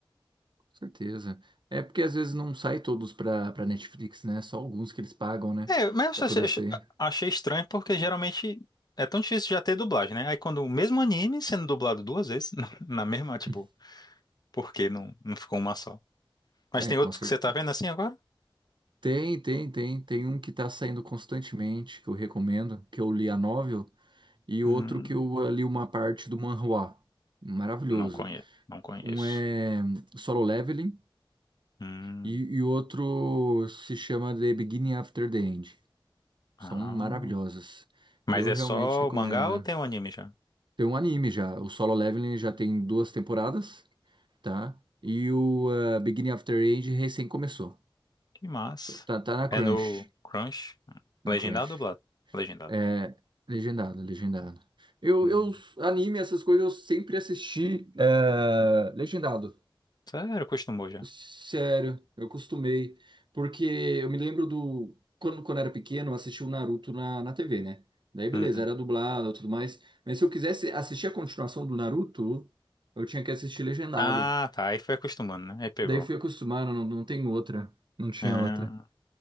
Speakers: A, on the right; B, on the left.
A: com certeza. É porque às vezes não sai todos pra, pra Netflix, né? Só alguns que eles pagam, né?
B: É, mas
A: Pra
B: eu
A: poder
B: só- eu
A: sair.
B: achei estranho porque geralmente é tão difícil já ter dublagem, né? Aí quando o mesmo anime sendo dublado duas vezes, <laughs> na, na mesma, tipo,
A: <laughs>
B: por que não, não ficou uma só? Mas
A: É,
B: tem
A: com
B: outros
A: certeza.
B: que você tá vendo assim agora?
A: Tem, tem, tem. Tem um que tá saindo constantemente, que eu recomendo, que eu li a novel, e
B: Hum,
A: outro que eu eh, li uma parte do manhwa. Maravilhoso.
B: não conheço, não conheço.
A: Um é Solo Leveling.
B: Hum,
A: E, e o outro se chama The Beginning After the End.
B: ah.
A: São maravilhosas.
B: Mas
A: Eu
B: é
A: realmente
B: só
A: recomendo.
B: o mangá ou tem o anime já?
A: Tem um anime já. O Solo Leveling já tem duas temporadas, tá? E o eh, Beginning After the End recém começou.
B: Que massa.
A: Tô- Tá, tá na Crunch.
B: É no Crunch?
A: Na
B: Legendado
A: Crunch.
B: ou dublado? Legendado.
A: É, legendado, legendado. Eu,
B: Hum,
A: eu, anime, essas coisas, eu sempre assisti eh, legendado.
B: sério, acostumou já.
A: Sério, eu costumei Porque eu me lembro do. Quando, quando era pequeno, eu assistia o Naruto na, na TV, né? Daí, beleza,
B: Uhum.
A: era dublado e tudo mais. Mas se eu quisesse assistir a continuação do Naruto, eu tinha que assistir legendado.
B: Ah, tá. Aí foi acostumando, né? Aí pegou.
A: Daí fui acostumado, não, não tem outra. Não tinha
B: Ah.
A: outra.